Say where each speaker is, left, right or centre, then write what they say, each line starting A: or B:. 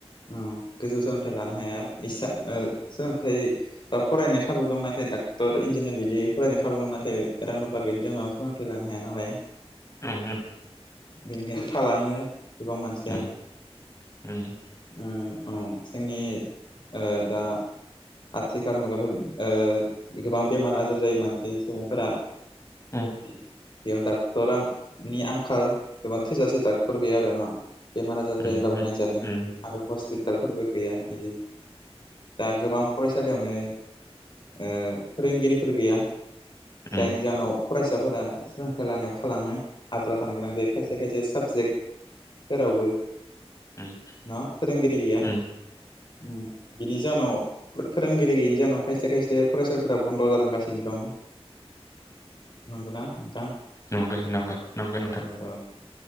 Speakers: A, on the left; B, on the left.
A: औ गोजौ सोलोंथाइ लानो हाया एसा ओ सोलोंथाइ दा फरायनो खाबु दं। नाथाय डाक्टर इन्जिनियार बिदि फरायनो खाबु दं नाथाय रां रुफा गैयैनि जाहोनाव थांखि लानो हाया नालाय।
B: ओमहो।
A: बिनिखायनो थालाङो गोबां मानसिया।
B: उम उम
A: ओ औ जोंनि ओ दा आथिखाल मुगायावाथ' ओ गोबां बेमार आजार जायो मानसि सुबुंफोरा।
B: उम उम
A: बेयाव डक्ट'रां नि आंखाल एबा थोजासे डाक्ट'र गैया आरो न'। बेमार आजार
B: उम
A: जायोब्लाबो
B: उम
A: नायजानो
B: उम
A: आरो हस्पिटालफोरबो गैया इदि। दा गोबां फरायसालियावनो ओ फोरोंगिरिफोर गैया।
B: उम
A: जायनि जाहोनाव फरायसाफोरा सोलोंथाइ लानायाव थालाङो। आद्रा थानो गोनां जायो खायसे खायसे साबजेक्टफोरावबो।
B: उम
A: न' फोरोंगिरि गैया।
B: उम
A: उम। बिनि जाहोनाव फो-फोरोंगिरि गैयिनि जाहोनाव खायसे खायसे फरायसालिफोरा बन्द' जालांगासिनो दं। नंगौना नोंथां?
B: नंगो नंगो नंगो नोंथां।
A: औ औ